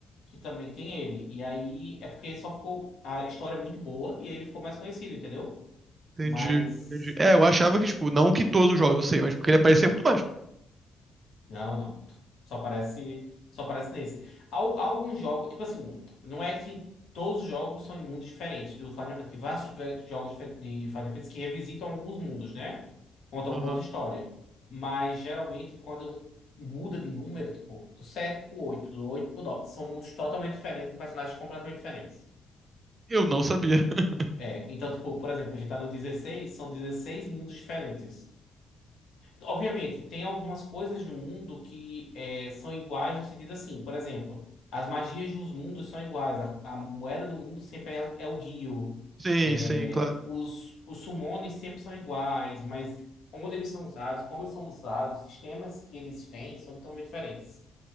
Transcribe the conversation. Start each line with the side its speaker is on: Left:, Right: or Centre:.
Left: que também tem ele. E aí, é porque só ficou. A história é muito boa e aí ele ficou mais conhecido, entendeu?
Right: entendi,
Left: Mas.
Right: entendi. É, eu achava que, tipo, não que todos os jogos, eu sei, mas porque ele aparecia muito mais.
Left: Não, não. Só aparece, só aparece nesse. Há, há alguns jogos, tipo assim, não é que todos os jogos são em mundos diferentes do Final Fantasy. Tem vários diver- jogos dife- de Final Fantasy que revisitam alguns mundos, né? Conta alguma
Right: Aham.
Left: outra história. Mas geralmente quando muda de número, tipo, do 7 pro oito, do 8 pro 9, são mundos totalmente diferentes, com personagens completamente diferentes.
Right: Eu não sabia. <laughs>
Left: É, então, tipo, por exemplo, a gente tá no dezesseis, são dezesseis mundos diferentes. Obviamente, tem algumas coisas do mundo que é, são iguais no sentido assim, por exemplo, as magias dos mundos são iguais, a, a moeda do mundo sempre é, é o Gyu,
Right: Sim,
Left: é,
Right: sim, claro.
Left: os, os summones sempre são iguais, mas onde eles são usados, como eles são usados, os sistemas que eles têm são totalmente diferentes.